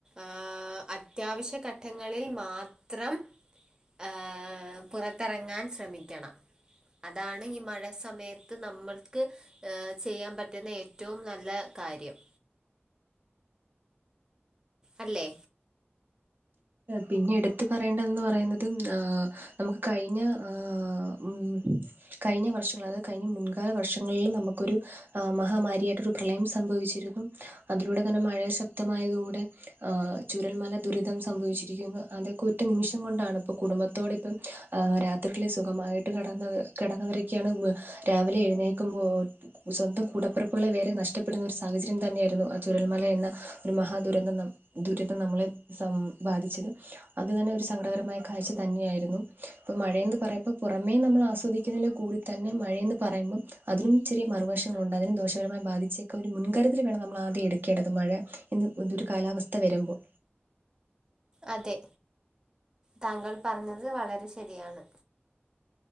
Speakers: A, on the right; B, on the right.
A: ആഹ് അത്യാവശ്യ ഘട്ടങ്ങളിൽ മാത്രം ആഹ്‌ പുറത്തിറങ്ങാൻ ശ്രമിക്കണം അതാണ് ഈ മഴ സമയത്ത് നമ്മൾക്ക് ഏഹ് ചെയ്യാൻ പറ്റുന്ന ഏറ്റവും നല്ല കാര്യം അല്ലേ
B: പിന്നെ എടുത്ത് പറയേണ്ടതന്ന് പറയുന്നുന്നത് ആഹ്‌ ‌ നമുക്ക് കഴിഞ്ഞ ആഹ്‌ കഴിഞ്ഞ വർഷങ്ങൾ അതായത് കഴിഞ്ഞ മുൻകാല വർഷങ്ങളിലും നമുക്കൊരു ആഹ് മഹാമാരിയായിട്ടോരു പ്രളയം സംഭവിച്ചിരുന്നു അതിലൂടെ തന്നെ മഴ ശക്തമായതിലൂടെ ആഹ് ചുരൽമല ദുരിധം സംഭവിച്ചിരിക്കുന്നു അതൊക്കെ ഒറ്റ നിമിഷം കൊണ്ടാണ് ഇപ്പോ കുടുംബത്തോടിപ്പം രാത്രിക്കൽ സുഖമായിട്ട് കിടന്ന് കിടന്നവരൊക്കെയാണ് രാവിലെ എഴുന്നേക്കുമ്പോൾ സ്വന്തം കൂടപ്പിറപ്പുകളെ വരെ നഷ്ടപ്പെടുന്ന ഒരു സാഹചര്യം തന്നെയായിരുന്നു ആ ചുരൽമല എന്ന ഒരു മഹാദുരന്തം ദുരിതം നമ്മളെ ബാധിച്ചത് അത് തന്നെ ഒരു സങ്കടകരമായ കാഴ്ച തന്നെയായിരുന്നു. ഇപ്പൊ മഴയന്ന് പറയ്മ്പ പുറമേ നമ്മൾ ആസ്വദിക്കുന്നതിലും കൂടി തന്നെ മഴെന്ന് പറയുമ്പം അതിനും ചെറിയ മറുവശങ്ങളുണ്ട് അതിനും ദോഷകരമായി ബാധിച്ചൊക്കെ ഒരു മുൻകരുതൽ വേണം നമ്മൾ ആദ്യം എടുക്കേണ്ടത് മഴ ഇതൊരു കാലാവസ്ഥ വരുമ്പോൾ
A: അതെ താങ്കൾ പറഞ്ഞത് വളരെ ശരിയാണ്